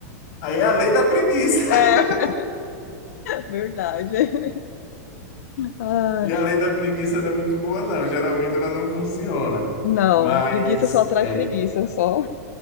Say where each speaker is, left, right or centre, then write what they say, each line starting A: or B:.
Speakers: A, on the left (about 45°); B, on the left (about 75°).
A: Aí é a lei da preguiça. <laughs>
B: é verdade. Ai,
A: E a lei da preguiça não é muito boa, não. Geralmente ela não funciona.
B: não,
A: Mas,
B: preguiça só atrai
A: é,
B: preguiça, só.